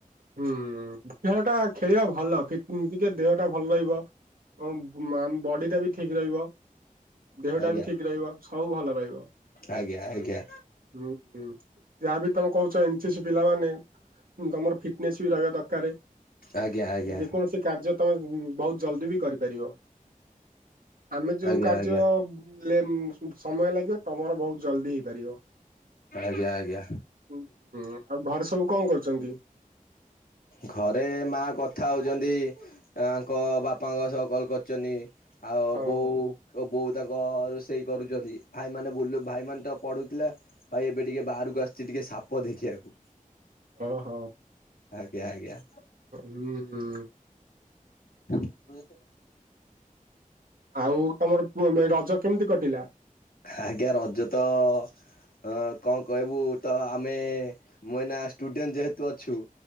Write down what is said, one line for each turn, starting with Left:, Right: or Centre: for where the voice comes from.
Right: ହୁଁ ଖେଳ ଟା ଖେଳିବା ଭଲ। କି ଟିକିଏ ଦେହ ଟା ଭଲ ରହିବ। ହଁମ୍ ଆମ ବଡି ଟା ବି ଠିକ୍ ରହିବ। ଦେହଟା
Left: ଆଜ୍ଞା
Right: ବି ଠିକ୍ ରହିବ। ସବୁ ଭଲ ରହିବ।
Left: ଆଜ୍ଞା ଆଜ୍ଞା
Right: ହୁଁ ହୁଁ ଯାହାବି ତମେ କହୁଛ ଏନ୍ ସି ସି ପିଲାମାନେ ଗମର ଫି ଫିନିସି ବି ରହିବା ଦରକାର
Left: ଆଜ୍ଞା ଆଜ୍ଞା
Right: ଯେକୌଣସି କାର୍ଯ୍ୟ ତମେ ବହୁତ ଜଲ୍ଦି ବି କରିପାରିବ। ଆମେ ଯୋଉ
Left: ଆଜ୍ଞା
Right: କାର୍ଯ୍ୟ
Left: ଆଜ୍ଞା।
Right: ଲେ ସମୟ ଲାଗିବ ତମର ବହୁତ ଜଲ୍ଦି ହେଇପାରିବ।
Left: ଆଜ୍ଞା ଆଜ୍ଞା।
Right: ହୁଁ ହୁଁ ଆଉ ଘରେ ସବୁ କଣ କରୁଛନ୍ତି?
Left: ଘରେ ମା କଥା ହଉଛନ୍ତି। ତାଙ୍କ ବାପାଙ୍କ ସହ କଲ୍ କରିଛନ୍ତି ଆଉ
Right: ହଉ
Left: ବୋଉ ଓ ବୋଉ ତାଙ୍କ ରୋଷେଇ କରୁଛନ୍ତି ଭାଇମାନେ ବୁଲୁ ଭାଇମାନେ ତ ପଢ଼ୁଥିଲେ। ଭାଇ ଏବେ ଟିକେ ବାହାରକୁ ଆସିଛି ଟିକେ ସାପ ଦେଖିବାକୁ।
Right: ଓହୋ।
Left: ଆଜ୍ଞା ଆଜ୍ଞା।
Right: ହୁଁ
Left: ତାଙ୍କୁ କହିଦେବା।
Right: ଆଉ ତମର ପୁଅ ଏ ରଜ କେମିତି କଟିଲା?
Left: ଆଜ୍ଞା ରଜ ତ ଅଁ କଣ କହିବୁ ତ ଆମେ ମୁଁ ଏଇନା ଷ୍ଟୁଡେଣ୍ଟ ଯେହେତୁ ଅଛୁ।